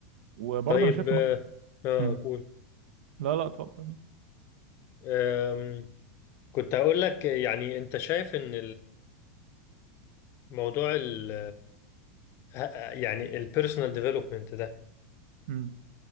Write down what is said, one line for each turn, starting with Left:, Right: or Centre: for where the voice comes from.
Right: وبرضه
Left: طيب
Right: انا شايف
Left: اه
Right: انك
Left: آه،
Right: مم.
Left: قول
Right: لا لا اتفضل
Left: آم، كنت هقول لك يعني انت شايف ان الموضوع ال ه- يعني البيرسونال ديفلوبمنت ده
Right: مم.